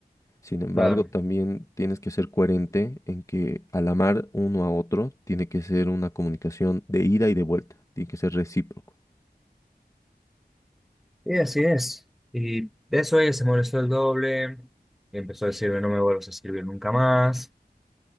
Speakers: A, on the left; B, in the centre.
A: Sin embargo,
B: claro,
A: también tienes que ser coherente en que al amar uno a otro, tiene que ser una comunicación de ida y de vuelta, tiene que ser recíproco.
B: y así es. Y de eso ella se molestó el doble y empezó a decirme, no me vuelvas a escribir nunca más.